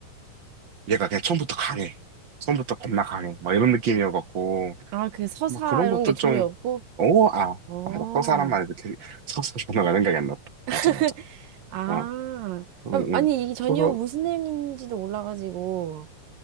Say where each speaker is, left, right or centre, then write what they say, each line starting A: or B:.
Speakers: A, on the right; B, on the right.
A: 얘가 그냥 처음부터 강해. 처음부터 겁나 강해. 막 이런 느낌이어갖고,
B: 아, 그 서사
A: 막 그런
B: 이런
A: 것도
B: 게 전혀
A: 좀,
B: 없고?
A: 오, 아,
B: 어.
A: 맞아. 서사란 말이 도렇게 서사 번호가 생각이 안 났다. 맞아,
B: <laughs>
A: 맞아.
B: 아.
A: 아, 응,
B: 아,
A: 응.
B: 아니, 이게 전혀
A: 서서,
B: 무슨 내용인지도 몰라가지고.